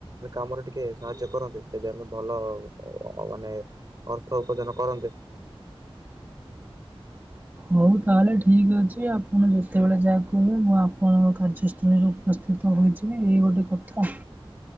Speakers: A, on the right (about 40°); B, on the right (about 20°).
A: କାମରେ ଟିକେ ସାହାଯ୍ୟ କରନ୍ତେ ତେବେ ଆମେ ଭଲ ମାନେ ଅର୍ଥ ଉପାର୍ଜନ କରନ୍ତେ।
B: ହଉ ତାହେଲେ ଠିକ ଅଛି ଆପଣ ଯେତେବେଳେ ଯାହା କହିବେ ମୁଁ ଆପଣଙ୍କ କାର୍ଯ୍ୟ ଶ୍ରେଣୀରେ ଉପସ୍ଥିତ ହୋଇଯିବି ଇଏ ଗୋଟେ କଥା।